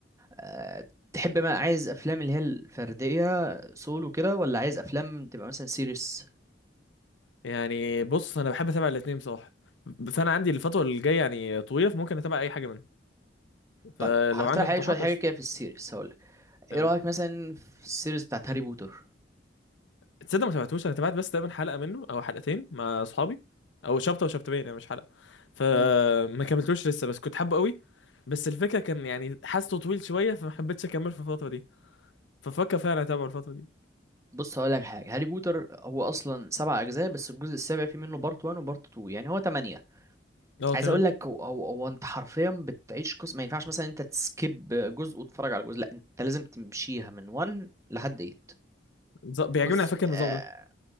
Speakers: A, on the right; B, on the left.
A: آه، تحب ما عايز افلام اللي هي الفرديه سولو كده ولا عايز افلام تبقى مثلا سيريس
B: يعني بص انا بحب اتابع الاثنين بصراحه ب- فانا عندي الفتره اللي جايه يعني طويله فممكن اتابع اي حاجه منهم فلو
A: طيب هقترح
B: عندك اقتراحات
A: عليك شويه حاجه
B: قشطة.
A: كده في السيريس هقول لك
B: تمام
A: ايه رايك مثلا في السيريس بتاعت هاري بوتر
B: تصدق ما تابعتوش انا تابعت بس تقريبا حلقه منه او حلقتين مع اصحابي او شابتر وشابترين يعني مش حلقه فما
A: امم
B: كملتوش لسه بس كنت حابه قوي بس الفكره كان يعني حاسه طويل شويه فما حبيتش اكمل في الفتره دي ففكر فعلا اتابعه الفتره دي
A: بص هقول لك حاجه هاري بوتر هو اصلا سبع اجزاء بس الجزء السابع فيه منه بارت 1 وبارت 2 يعني هو 8
B: اه
A: عايز
B: تمام
A: اقول لك هو, هو, هو انت حرفيا بتعيش قصه ما ينفعش مثلا انت تسكيب جزء وتتفرج على جزء لا انت لازم تمشيها من 1 لحد 8
B: ز- بيعجبني
A: بص
B: على فكره
A: آه،
B: النظام ده